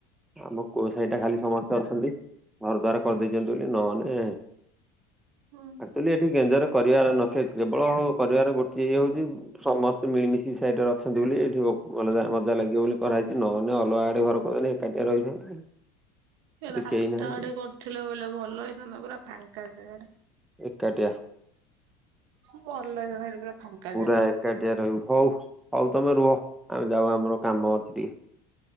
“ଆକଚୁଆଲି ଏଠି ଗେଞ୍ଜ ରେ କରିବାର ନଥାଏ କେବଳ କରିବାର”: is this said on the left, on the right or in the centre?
Centre